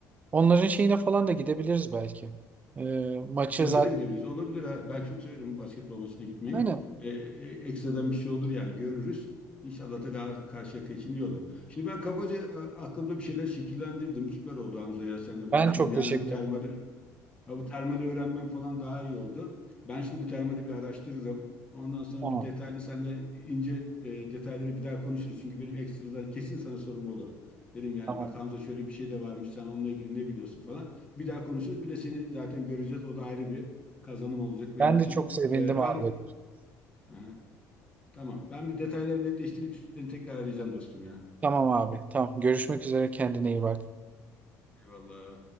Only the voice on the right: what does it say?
onların şeyine falan da gidebiliriz belki. Ee, maçı
zaten
aynen.
Ben çok
teşekkür
ederim.
Tamam
tamam.
Ben
de çok sevindim
abi.
Tamam abi tamam görüşmek üzere kendine iyi bak.